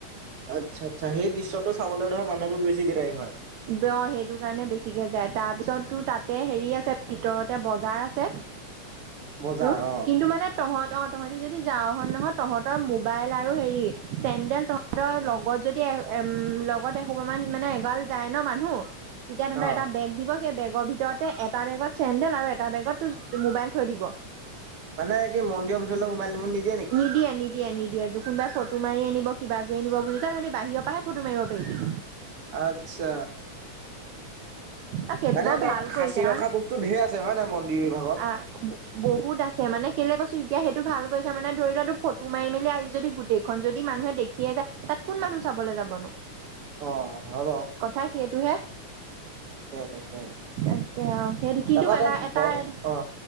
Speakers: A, on the right (about 45°); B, on the right (about 70°).
A: আচ্ছা-আচ্ছা। সেই দৃশ্যটো চাবলৈ ধৰ মানুহবোৰ বেছি গিদাৰিং হয়।
B: অঁ', সেইটো কাৰণে বেছিকে যায়। তাৰ পিছত তোৰ তা'তে হেৰি আছে ভিতৰতে বজাৰ আছে।
A: বজাৰ
B: তোৰ,
A: অ',
B: কিন্তু মানে- তহঁত অঁ', তহঁতি যদি যাওঁ নহয় তহঁতৰ মোবাইল আৰু হেৰি চেন্দেল তহঁ- তৰ লগত যদি এ' লগত এসোপা মান মানে এগাল- যাই ন' মানুহ, তেতিয়া তোমাক
A: অ
B: এটা বেগ দিব- সেই বেগৰ ভিতৰতে এটা বেগত চেন্দেল আৰু এটা বেগত মোবাইল থৈ দিব।
A: মানে কি মন্দিৰ ভিতৰ মোবাইল নিব নি
B: নিদিয়ে-নিদি- য়ে কোনোবাই ফটো মাৰি আনিব কিবা কৰি আনিব বুলি, তহঁতি বাহিৰৰ পৰাহে মাৰিব পাৰিবি।
A: আচ্ছা।
B: অ', সেইটো
A: মানে
B: বাৰু
A: তাত
B: ভাল কৰিছে।
A: সাঁচি ৰখা বস্তু ধেৰ আছে হয় নাই মন্দিৰ। বিভাগত?
B: <inaudible> বহুত আছে মানে কেলে কৈছো এতিয়া সেইটো ভাল কৈছ মানে ধৰি লোৱা টো ফটো মাৰি মেলি আজি যদি গোটেই- ন' যদি মানুহে দেখিয়ে যায় তা'ত কোন মানুহ চাবলৈ যাব নো।
A: অ', হয় বাও।
B: কথা সেইটোহে।
A: তাকে
B: তাকে অ' সেইটো কিন্তু
A: তাৰপৰা
B: এটা-
A: তাত ব
B: তাৰ
A: অ'।